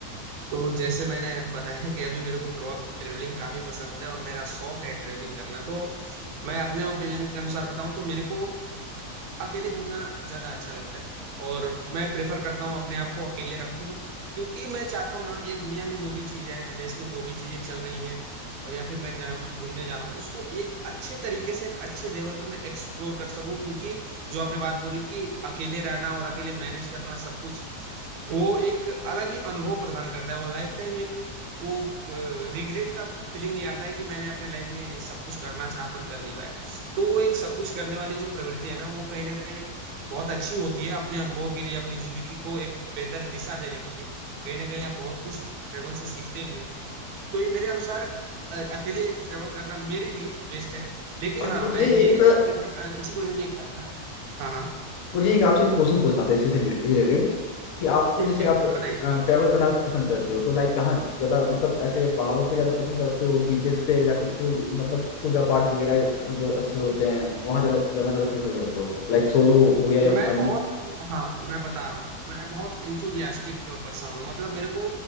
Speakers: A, on the right; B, on the left.
A: तो जैसे मैंने बताया कि अभी मेरे को ट्रेवलिंग काफी पसंद है और मेरा शौक है ट्रेवलिंग करना तो मैं अपने ओपिनियन के अनुसार बताऊं तो मेरे को अकेले घूमना ज्यादा अच्छा लगता है और मैं प्रेफर करता हूँ अपने आप को अकेले रखूं क्योंकि मैं चाहता हूँ ना ये दुनिया में जो भी चीजें हैं देश में जो भी चीजें चल रही हैं और या फिर मैं जहाँ भी घूमने जा रहा हूँ उसको एक अच्छे तरीके से एक अच्छे लेवल पे मैं एक्सप्लोर कर सकूं क्योंकि जो आपने बात बोली कि अकेले रहना और अकेले मैनेज करना सब कुछ वो एक अलग ही अनुभव प्रदान करता है वो लाइफ टाइम एक वो रिग्रेट का फीलिंग नहीं आता है कि मैंने अपने लाइफ में सब कुछ करना चाह पर कर नहीं पाया तो वो एक सब कुछ करने वाली जो प्रवृत्ति है ना वो कहीं ना कहीं बहुत अच्छी होती है अपने अनुभव के लिए अपनी जिंदगी को एक बेहतर दिशा देने के लिए कहीं ना कहीं आप बहुत कुछ ट्रेवल से सीखते भी हैं तो ये मेरे अनुसार अ, अकेले ट्रेवल करना मेरे लिए बेस्ट है लेकिन
B: और
A: हाँ
B: मुझे
A: मैं ये
B: एक
A: नहीं प्रिफर किसी को ये नहीं कहता हाँ हाँ
B: मुझे एक आपसे एक क्वेश्चन पूछना था इसी से रिलेटेड कि आपको
A: ठीक
B: जैसे
A: ठीक
B: आप
A: ठीक बताइए
B: ट्रैवल करना पसंद करते हो तो लाइक कहाँ ज्यादा मतलब ऐसे पहाड़ों पे ज्यादा पसंद करते हो बीचेस पे या फिर कोई मतलब पूजा पाठ वगैरह अ, जो स्थल होते हैं वहां जाना जाना ज्यादा प्रेफर करते हो लाइक सोलो हो गया या
A: मैं
B: फैमिली
A: बहुत हाँ मैं बता रहा हूँ मैं बहुत इंथुजियास्टिक पर्सन हूँ मतलब मेरे को